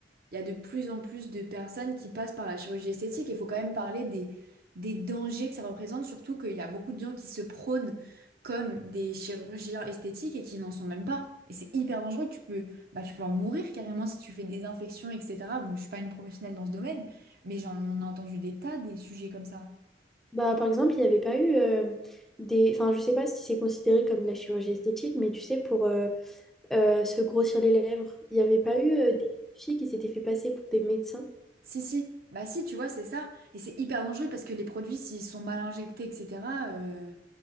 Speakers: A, on the right; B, in the centre.
A: il y a de plus en plus de personnes qui passent par la chirurgie esthétique. Il faut quand même parler des, des dangers que ça représente, surtout qu'il y a beaucoup de gens qui se prônent comme des chirurgiens esthétiques et qui n'en sont même pas. Et c'est hyper dangereux, tu peux, bah, tu peux en mourir carrément si tu fais des infections, etc. Bon, je suis pas une professionnelle dans ce domaine, mais j'en ai entendu des tas des sujets comme ça.
B: Bah, par exemple, il n'y avait pas eu euh, des... Enfin, je sais pas si c'est considéré comme de la chirurgie esthétique, mais tu sais, pour euh, euh, se grossir les lèvres, il n'y avait pas eu euh, des filles qui s'étaient fait passer pour des médecins.
A: Si, si, bah si, tu vois, c'est ça. Et c'est hyper dangereux parce que les produits, s'ils sont mal injectés, etc., euh,